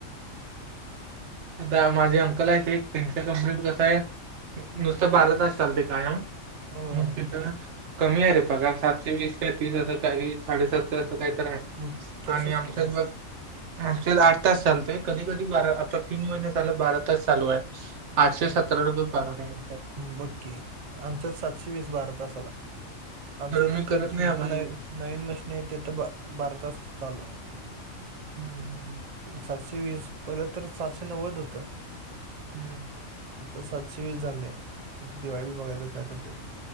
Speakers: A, on the right; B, on the right.
A: आता माझे अंकल आहेत ते त्यांच्या कंपनीत कसं आहे नुसतं बारातास चालतय कायम
B: होय
A: मग तिथं कमी आहे रे पगार सातशे वीस का तीस असं काही साडेसातशे असं काही तर आहे
B: म, तसंच
A: आणि आमच्यात
B: की म,
A: बघ आमच्यात आठ तास चालतय कधी कधी बारा आता तीन महिना झालं बारा तास चालू आहे आठशे
B: हो,
A: सतरा रुपये पागार आले त्यात
B: बघ की आमच्याच सातशे वीस बारातासाला आमच्या
A: तर
B: इथं
A: मी करत
B: ते अ अ
A: नाही आबा
B: नवी
A: एवढं
B: नवीन मशनी आहेत तिथं ब बारातास चालू आहे.
A: हम् हम
B: सातशे वीस पहिलं तर सहाशे नव्वद होतं.
A: हम्म
B: आता सातशे वीस झालय आता ते दिवाळीला बघायचं काय करत्यात.